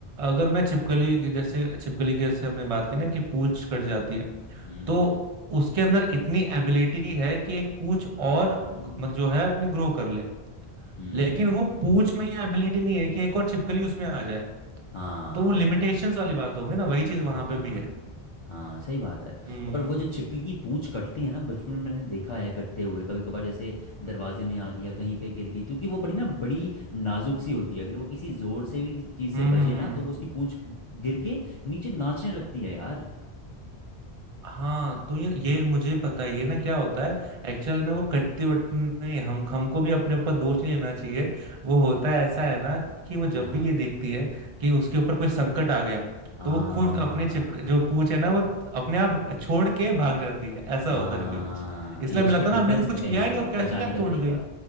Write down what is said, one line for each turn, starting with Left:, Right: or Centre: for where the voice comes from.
Right: अगर मैं छिपकली की- जैसे छिपकली की जैसे हमने बात की ना कि पूंछ कट जाती है
Left: हम्म
Right: तो उसके अंदर इतनी एबिलिटी है कि एक पूंछ और
Left: हम्म
Right: ग- मतलब जो है अपनी ग्रो कर ले
Left: हम्म
Right: लेकिन वो पूंछ में ये एबिलिटी नहीं है कि एक और छिपकली उसमें आ जाए
Left: हाँ
Right: तो वो लिमिटेशंस वाली बात होगी ना वही चीज वहां
Left: हाँ
Right: पे भी है
Left: हाँ सही बात है
Right: हम्म
Left: और वो जो छिपकली की पूंछ कटती है ना बचपन में मैंने देखा है कटते हुए कभी कभार जैसे दरवाजे में आ गया कहीं पे गिर गई क्योंकि वो बड़ी ना बड़ी नाजुक सी होती है अगर वो किसी जोर से भी चीज़ से
Right: हम्म
Left: बजे
Right: हम्म
Left: ना
Right: हम्म।
Left: तो वो उसकी पूंछ गिर के नीचे नाचने लगती है यार
Right: हाँ तो ये ये मुझे पता ही है ना क्या होता है एक्चुअल में वो कट्टी वट्टी नहीं हम हमको भी अपने ऊपर दोष नहीं लेना चाहिए वो होता है ऐसा है ना कि वो जब
Left: हाँ हाँ
Right: भी ये देखती है कि उसके ऊपर कोई संकट आ गया
Left: हाँ
Right: तो वो खुद अपने चिप जो पूंछ है ना वो अपने आप छोड़ के भाग जाती है ऐसा
Left: हाँ
Right: होता है कुछ इसलिए
Left: ये उसका
Right: मिला
Left: डिफेंस
Right: था ना हमने को कुछ
Left: मैकेनिज्म
Right: किया ही नहीं और
Left: है
Right: कैसे
Left: बचाने
Right: क्या
Left: का
Right: तोड़
Left: तरीका
Right: गई